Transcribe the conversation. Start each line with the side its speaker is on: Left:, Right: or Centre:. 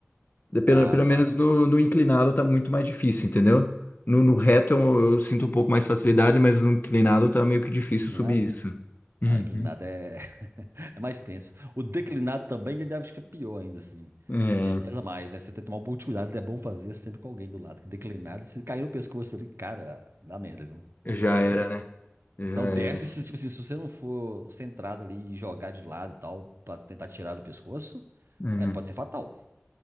Left: De- Pelo,
Right: Ah,
Left: pelo menos
Right: tá.
Left: no, no inclinado tá muito mais difícil, entendeu? No, no reto eu, eu sinto um pouco mais facilidade, mas no inclinado tá meio que difícil
Right: Inclinada?
Left: subir isso. Uhum.
Right: Ah, inclinada é. É mais tenso. O declinado também, ainda acho que é pior ainda, assim.
Left: É,
Right: Que aí pesa mais, né? Você tem que tomar um pouco de cuidado, é bom fazer sempre com alguém do lado. Que declinado, se cair no pescoço ali, cara, dá merda, viu? Dá
Left: já
Right: merda mesmo.
Left: era, né? Já
Right: Não
Left: era.
Right: desce, se, tipo assim, se você não for centrado ali e jogar de lado e tal, pra tentar tirar do pescoço,
Left: Uhum.
Right: é, pode ser fatal.